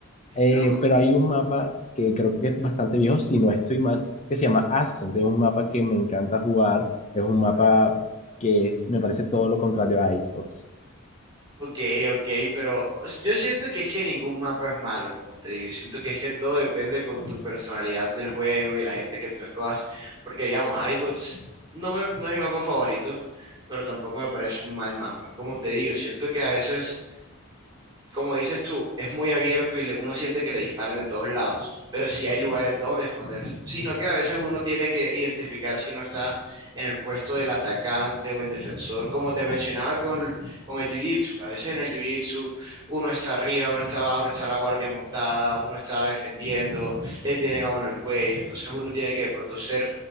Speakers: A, on the left; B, on the right.
A: Eh,
B: Loco,
A: pero hay un mapa que creo que es bastante viejo, si no estoy mal, que se llama Ascent. Es un mapa que me encanta jugar. Es un mapa que es- me parece todo lo contrario a Xbox.
B: Ok, ok, pero yo siento que es que ningún mapa es malo, como te digo, y siento que es que todo depende con tu personalidad del juego y la gente que tú escojas, porque digamos, iBots no, me- no es mi mapa favorito, pero tampoco me parece un mal mapa. Como te digo, siento que a veces como dices tú, es muy abierto y le- uno siente que le disparan de todos lados, pero sí hay lugares donde esconderse, sino que a veces uno tiene que identificar si uno está en el puesto del atacante o el defensor, como te mencionaba con, con el jiu-jitsu, a veces en el jiu-jitsu uno está arriba, uno está abajo, está la guardia montada, uno está defendiendo, le tienen a uno el cuello, entonces uno tiene que de pronto ser